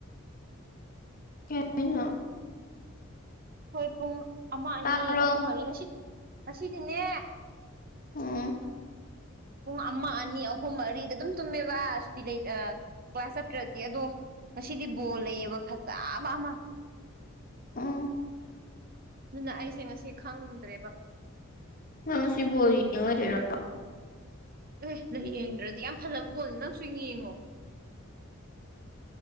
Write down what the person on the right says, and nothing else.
ꯍꯣꯏ ꯄꯨꯡ ꯑꯃ ꯑꯅꯤ
ꯑꯍꯨꯝ ꯃꯔꯤ ꯉꯁꯤ ꯉꯁꯤꯗꯤꯅꯦ
ꯄꯨꯡ ꯑꯃ ꯑꯅꯤ ꯑꯍꯨꯝ ꯃꯔꯤꯗ ꯑꯗꯨꯝ ꯇꯨꯝꯃꯦꯕ ꯁꯨꯇꯤ ꯂꯩꯇꯥ ꯑꯥ ꯀ꯭ꯂꯥꯁ ꯆꯠꯇ꯭ꯔꯗꯤ ꯑꯗꯣ ꯉꯁꯤꯗꯤ ꯕꯣꯜ ꯂꯩꯌꯦꯕ ꯐꯖꯕ ꯑꯃ
ꯑꯗꯨꯅ ꯑꯩꯁꯦ ꯉꯁꯤ ꯈꯪꯗ꯭ꯔꯦꯕ
ꯑꯦꯍ ꯅꯪ ꯌꯦꯡꯗ꯭ꯔꯗꯤ ꯌꯥꯝ ꯐꯖꯕ ꯕꯣꯜꯅꯤ ꯅꯪꯁꯨ ꯌꯦꯡꯉꯣ